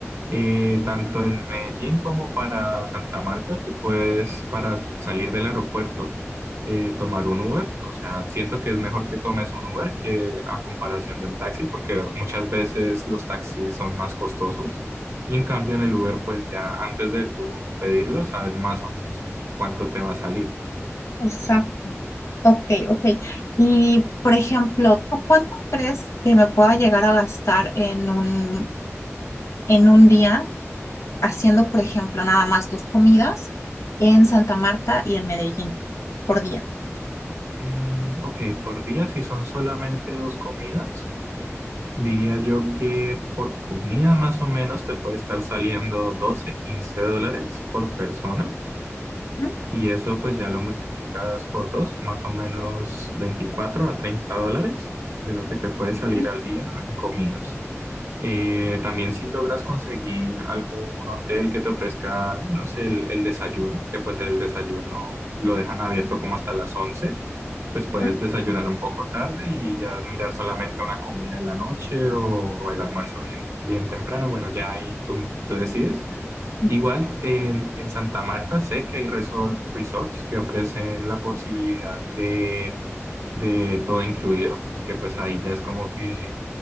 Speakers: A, on the right; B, on the left.
A: Eh, tanto en Medellín como para Santa Marta, tú puedes, para salir del aeropuerto, eh, tomar un Uber. O sea, siento que es mejor que tomes un Uber que a comparación de un taxi, porque muchas veces los taxis son más costosos. Y en cambio en el Uber, pues ya antes de tú pedirlo, sabes más o menos en cuánto te va a salir.
B: Exacto. Ok, ok. Y, por ejemplo, ¿tú cuánto crees que me pueda llegar a gastar en un, en un día haciendo, por ejemplo, nada más dos comidas en Santa Marta y en Medellín por día.
A: Mm, ok, por día, si son solamente dos comidas. Diría yo que por comida más o menos te puede estar saliendo 12 15 dólares por persona.
B: ¿Mm?
A: Y eso pues ya lo multiplicas por dos, más o menos 24 a 30 dólares de lo que te puede salir
B: Sí.
A: al día en comidas. Eh, también si logras conseguir algún hotel que te ofrezca al menos el, el desayuno, que pues el desayuno lo dejan abierto como hasta las once pues puedes
B: ¿Mm?
A: desayunar un poco tarde y ya mirar solamente una comida en la noche o el almuerzo bien, bien temprano. Bueno, ya ahí tú, tú decides.
B: Ujú.
A: Igual en, en Santa Marta sé que hay resort- resorts que ofrecen la posibilidad de, de todo incluido, que pues ahí ya es como que